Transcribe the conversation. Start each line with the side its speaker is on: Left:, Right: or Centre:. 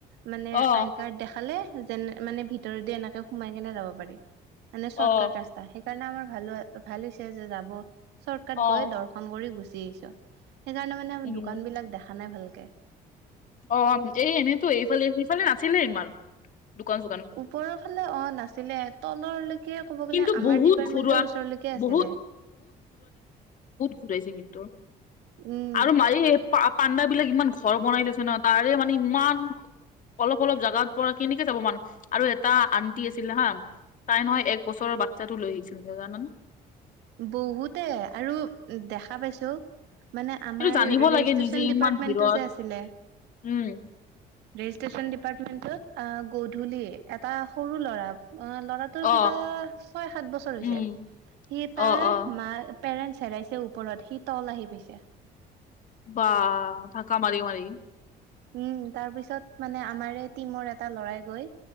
Right: মানে
Left: অ
Right: আই কাৰ্ড দেখালে যেনে, মানে ভিতৰে দি এনেকে সোমাই কেনে যাব পাৰি। মানে
Left: অ
Right: চৰ্টকাট ৰাস্তা, সেইকাৰণে আমাৰ ভাল-ভাল হৈছে যে যাব, শৰ্ট কাট
Left: অ
Right: গৈ দ দৰ্শন কৰি গুচি আহিছোঁ, সেইকাৰণে মানে
Left: উম
Right: দোকানবিলাক দেখা নাই ভালকে।
Left: অহ, এই এনেইতো এইফালে, সেইফালে নাছিলে ইমান দোকান চোকান।
Right: ওপৰৰ ফালে অহ, নাছিলে। তললৈকে ক'ব
Left: কিন্তু
Right: গ'লে, আমাৰ
Left: বহুত
Right: ডিপাৰ্টমেন্টৰ
Left: ঘৰুৱা
Right: ওচৰলৈকে আছিলে।
Left: বহুত ঘুৰাইছে কিন্তু
Right: উম
Left: আৰু মাৰি পা-পাণ্ডাাবিলাক ইমান ঘৰ বনাই দিছে ন' তাৰে মানে ইমান অলপ-অলপ জাগাত পৰা কেনেকে যাব মানুহ আৰু এটা আণ্টি আছিলে হা তাই নহয় এক ওচৰৰ বাচ্ছাটো লৈ আহিছিল জানানা?
Right: বহুতে আৰু দেখা পাইছোঁ। মানে আমাৰ
Left: এইটো জানিব
Right: ৰেজিষ্ট্ৰেশচন
Left: লাগে নিজে
Right: ডিপাৰ্টমেন্টটো
Left: ইমান ভিৰত
Right: যে আছিলে।
Left: উম
Right: ৰেজিষ্ট্ৰেচন ডিপাৰ্টমেন্টত অহ, গধূলি এটা সৰু ল'ৰা অহ, ল'ৰা তোৰ
Left: অ
Right: কিবা ছয় সাত বছৰ
Left: উম
Right: হৈছে। সি তাৰ
Left: অ অ
Right: মা পেৰেণ্টছ হেৰাইছে ওপৰত সি তল আহি পাইছে।
Left: বাহ ধাক্কা মাৰি-মাৰি।
Right: উম, তাৰপিছত মানে আমাৰে টিমৰ এটা ল'ৰাই গৈ